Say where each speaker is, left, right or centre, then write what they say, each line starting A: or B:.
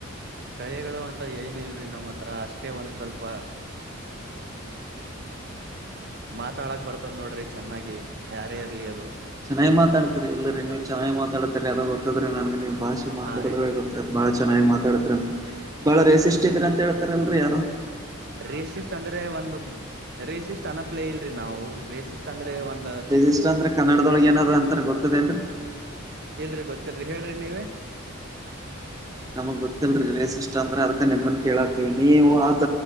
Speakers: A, on the right; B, on the right.
A: ಕೖಯೆಗಳು ಅಂತ ಏನು ಇಲ್ರಿ ನಮ್ಮ ಹತ್ರ ಅಷ್ಟೇ ಒಂದ್ ಸ್ವಲ್ಪಾ. ಮಾತಾಡಕ್ ಬರ್ತದ್ ನೋಡ್ರಿ ಚೆನ್ನಾಗಿ ಯಾರೇ ಇರ್ಲಿ ಅದು.
B: ಚೆನ್ನಾಗಿ ಮಾತಾಡ್ತಾರಿ ಇಲ್ಲರಿ ನೀವು ಚೆನ್ನಾಗಿ ಮಾತಾಡ್ತರಿ ಅದ ಗೊತ್ತದ್ರೀ ನನ್ಗ ನಿಮ್ ಭಾಷೆ ಮಾತಾಡದ್ರಗ
A: ಹಾ ರೀ
B: ಗೊತ್ತ ಬಾಳ ಚೆನ್ನಾಗಿ ಮಾತಾಡ್ತರಿ ಅಂತ ಬಾಳ ರೇಸಿಸ್ಟ್ ಇದಿರಂತ ಹೇಳ್ತಾರಲ್ರಿ ಯಾರೊ.
A: ರೇಸಿಸ್ಟ್ ಅಂದ್ರೆ ಒಂದು ರೇಸಿಸ್ಟ್ ಅನಪ್ಲೇ ಇಲ್ರಿ ನಾವು ರೇಸಿಸ್ಟ್ ಅಂದ್ರೆ ಒನ್
B: ರಿಜಿಸ್ಟರಂದ್ರ ಕನ್ನಡದೊಳಗ್ ಏನದ ಅಂತಾರ ಗೊತ್ತದೇನ್ರಿ.
A: ಇಲ್ರಿ ಗೊತ್ತಿಲ್ರಿ ಹೇಳ್ರಿ ನೀವೆ.
B: ನಮಗ್ ಗೊತ್ತಿಲ್ರಿ ರೇಸಿಸ್ಟ್ ಅಂದ್ರ ಅದ್ಕ ನಿಮ್ಮನ್ ಕೇಳಾತ್ತಿವಿ ನೀವು ಆತ